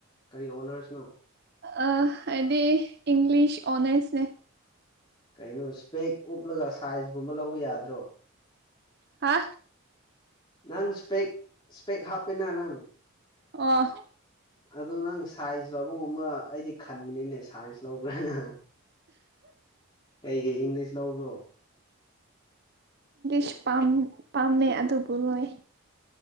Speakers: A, on the left; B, on the right.
A: ꯀꯔꯤ ꯑꯣꯅꯔꯁꯅꯣ
B: ꯑ ꯍꯥꯏꯗꯤ ꯏꯪꯂꯤꯁ ꯑꯣꯅꯔꯁꯅꯦ
A: ꯀꯩꯅꯣ ꯏꯁꯄꯦꯛ ꯎꯞꯂꯒ ꯁꯥꯏꯖꯀꯨꯝꯕ ꯂꯧꯕ ꯌꯥꯗ꯭ꯔꯣ
B: ꯍꯥ
A: ꯅꯪ ꯁꯄꯦꯛ ꯁꯄꯦꯛ ꯍꯥꯞꯄꯦꯅꯥ ꯅꯪ
B: ꯑꯣ
A: ꯑꯗꯨ ꯅꯪ ꯁꯥꯏꯟꯁ ꯂꯧꯕꯒꯨꯝꯕ ꯑꯩꯗꯤ ꯈꯟꯕꯅꯤꯅꯦ ꯁꯥꯏꯟꯁ ꯂꯧꯕꯔꯅ ꯀꯩꯒꯤ ꯏꯪꯂꯤꯁ ꯂꯧꯕ꯭ꯔꯣ
B: ꯁ ꯄꯝ ꯄꯝꯃꯦ ꯑꯗꯨꯕꯨꯂꯣꯏ